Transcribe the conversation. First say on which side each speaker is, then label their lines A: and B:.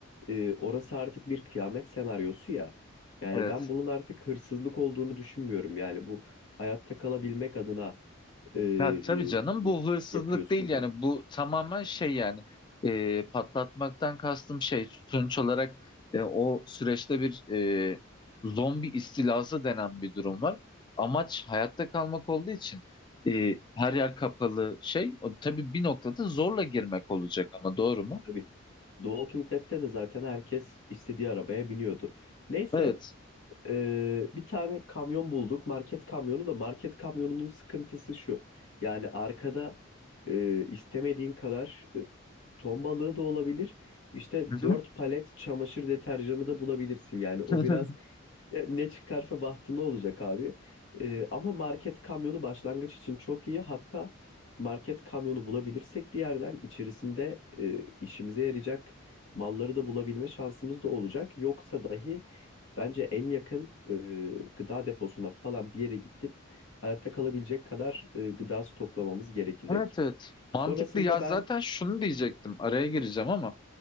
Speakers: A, on the left; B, on the left.
A: e, orası artık bir kıyamet senaryosu ya. Yani
B: evet.
A: ben bunun artık hırsızlık olduğunu düşünmüyorum. Yani bu hayatta kalabilmek adına e,
B: Ya tabii canım bu hırsızlık
A: yapıyorsun
B: değil yani
A: bunu.
B: bu tamamen şey yani e, patlatmaktan kastım şey sonuç olarak e, o süreçte bir e, zombi istilası denen bir durum var. Amaç hayatta kalmak olduğu için e, her yer kapalı şey o, tabii bir noktada zorla girmek olacak ama doğru mu?
A: Tabii. The Walking Dead'te de zaten herkes istediği arabaya biniyordu. Neyse
B: Evet.
A: Ee, bir tane kamyon bulduk. Market kamyonu da market kamyonunun sıkıntısı şu. Yani arkada e, istemediğin kadar e, ton balığı da olabilir. İşte
B: Hı
A: 4
B: hı.
A: palet çamaşır deterjanı da bulabilirsin. Yani o biraz
B: <laughs>
A: e, Ne çıkarsa bahtına olacak abi. E, ama market kamyonu başlangıç için çok iyi. Hatta market kamyonu bulabilirsek bir yerden içerisinde e, işimize yarayacak malları da bulabilme şansımız da olacak. Yoksa dahi bence en yakın e, gıda deposuna falan bir yere gidip hayatta kalabilecek kadar e, gıda stoklamamız gerekecek.
B: Evet evet. Mantıklı
A: Sonrasında
B: ya
A: ben
B: zaten şunu diyecektim araya gireceğim ama.